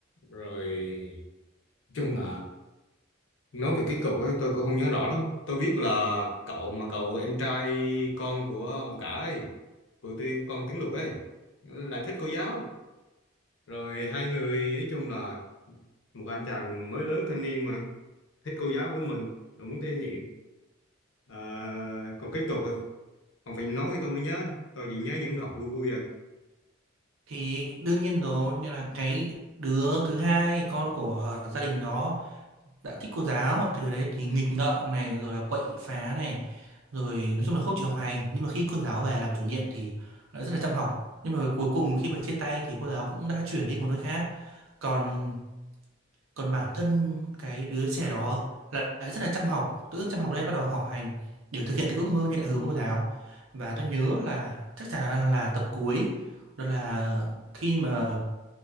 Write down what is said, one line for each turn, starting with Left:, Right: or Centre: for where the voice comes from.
Left: rồi nói chung là nói về cái cục ấy tôi cũng không nhớ rõ lắm. Tôi biết là cậu mà cậu em trai con của ông cả ấy, của tiên con tiếng Lục ấy, lại thích cô giáo. Rồi hai người nói chung là một anh chàng mới lớn thanh niên mà thích cô giáo của mình, rồi muốn thể hiện À, còn kết cục rồi ông phải nói tôi mới nhớ tôi chỉ nhớ những đoạn vui vui rồi
Right: thì đương nhiên rồi nghĩa là cái đứa thứ hai con của ờ, gia đình đó đã thích cô giáo hoặc cái điều đấy thì nghịch ngợm này rồi là quậy phá này rồi nói chung là không chịu học hành nhưng mà khi cô giáo về làm chủ nhiệm thì lại rất là chăm học nhưng mà cuối cùng khi mà chia tay thì cô giáo cũng đã chuyển đi một nơi khác còn còn bản thân cái đứa trẻ đó lại lại rất là chăm học tự dưng chăm học đấy bắt đầu học hành để thực hiện cái ước mơ như đã hứa với cô giáo và tôi nhớ là chắc chắn là tập cuối đó là khi mà